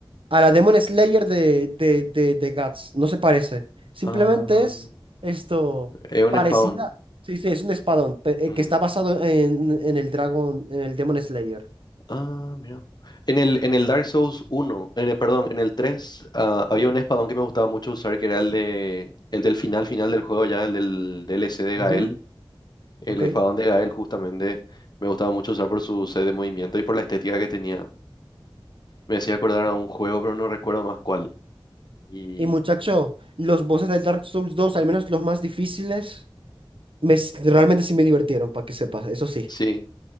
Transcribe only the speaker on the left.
Ah,
es un
espadón.
Mm.
Ah, mira. En el, en el Dark Souls uno, en el, perdón, en el 3 ah, había un espadón que me gustaba mucho usar, que era el de, el del final final del juego, ya el del D L C de
Gael. El
espadón de Gael, justamente, me gustaba mucho usar por su sed de movimiento y por la estética que tenía. Me hacía acordar a un juego, pero no recuerdo más cuál. Y
sí.